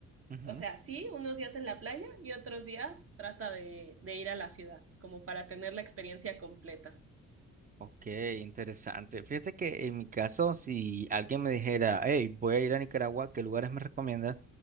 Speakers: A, on the right (about 30°); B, on the right (about 45°).
A: ujú,
B: O
A: ujú.
B: sea, sí, unos días en la playa y otros días trata de, de ir a la ciudad, como para tener la experiencia completa.
A: Ok, interesante. Fíjate que en mi caso, si alguien me dijera, hey, voy a ir a Nicaragua, ¿qué lugares me recomiendas?